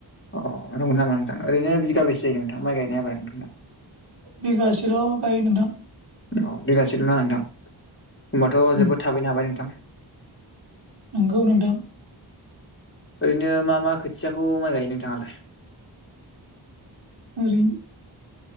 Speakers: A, on the left (about 25°); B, on the right (about 60°).
A: अ नंगौ नामा नोंथां ओरैनो बिघाबैसे जायो नोंथां माइ गायनाय आबादा नोंथांना।
B: बिगासेल गायो नोंथां।
A: अ बिघासेलना नोंथां हबाथ
B: उम
A: जोबोद थाबैनो हाबाय नोंथां।
B: नंगौ नोंथां।
A: ओरैनो मा मा खोथियाखौ माइ गायो नोंथाङालाय।
B: रिं